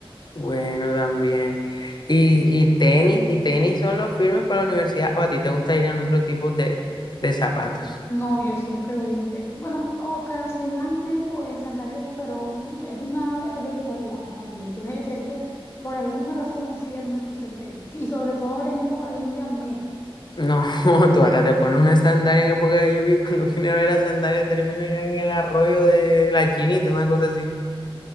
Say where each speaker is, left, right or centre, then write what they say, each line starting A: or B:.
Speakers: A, on the left (about 50°); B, on the left (about 25°).
A: Bueno, también. Y, y tenis, y tenis son los firmes para la universidad, o a ti te gusta ir en otro tipo de, de zapatos.
B: No, yo siempre voy en tenis. Bueno, ocasionalmente voy en sandalias, pero es una eventualidad más bien. Tiene que ser que por alguna razón ese día no me puse el tenis. Y sobre todo ahora en época de lluvia, menos.
A: No, <laughs> tú ahora te pones una sandalia en época de lluvia y cuando <laughs> viene a ver la sandalia termina ya en el arroyo de la Chinita, una cosa así.